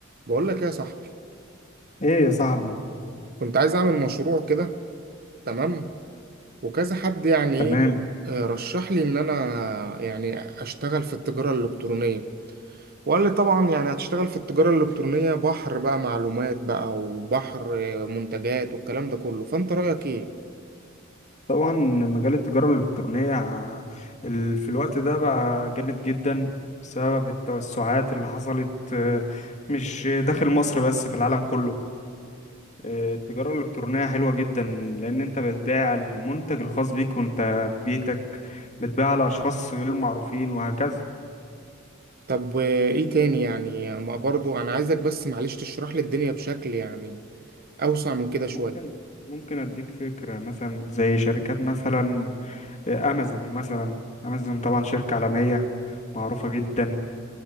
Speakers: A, on the right; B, on the left.
A: بقول لك ايه يا صاحبي
B: ايه يا صاحبي
A: كنت عايز اعمل مشروع كده تمام وكذا حد يعني ايه
B: تمام
A: آه، رشح لي ان انا يعني اشتغل في التجارة الالكترونية وقال لي طبعا يعني هتشتغل في التجارة الالكترونية بحر بقى معلومات بقى وبحر آه، منتجات والكلام ده كله فانت رأيك ايه
B: طبعا مجال التجارة الإلكترونية ع- ال- في الوقت ده بقى جامد جدا بسبب التوسعات اللي حصلت آه، مش داخل مصر بس في العالم كله آه، التجارة الإلكترونية حلوة جدا لأن أنت بتبيع المنتج الخاص بيك وأنت في بيتك بتبيع لأشخاص غير معروفين وهكذا
A: طب آه، ايه تاني يعني ما برضو انا عايزك بس معلش تشرح لي الدنيا بشكل يعني اوسع من كده شوية
B: ممكن ممكن أديك فكرة مثلا زي شركات مثلا آه، أمازون مثلا أمازون طبعا شركة عالمية معروفة جدا